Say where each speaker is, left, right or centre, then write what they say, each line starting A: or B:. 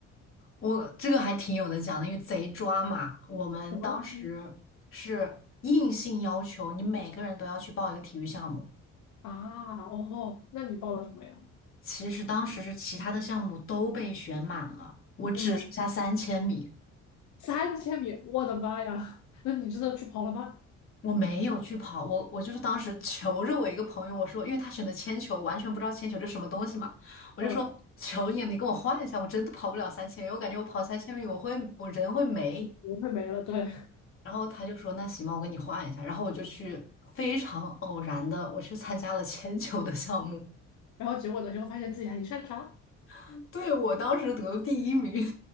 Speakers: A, on the left; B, on the left.
A: 我这个还挺有的讲的，因为贼抓马。我们当时是硬性要求你每个人都要去报一个体育项目，
B: 怎么了？嗯，啊，哦吼，那你报了什么呀？
A: 其实当时是其他的项目都被选满了，我只剩下三千米，
B: 嗯，三千米，我的妈呀，<laughs> 那你真的去跑了吗？
A: 我没有去跑。我我就是当时 <laughs> 求着我一个朋友，我说，因为他选的铅球，我完全不知道铅球这什么东西嘛，我就说求你，
B: 嗯，
A: 你跟我换一下，我真的跑不了三千米，我感觉我跑三千米我会我人会没。
B: 不会没了，对。
A: 然后他就说：“那行吧，我给你换一下。”然后我就去非常偶然的，我去参加了铅球的项目。
B: 然后结果呢，就会发现自己还挺擅长。
A: <laughs> 对，我当时得了第一名，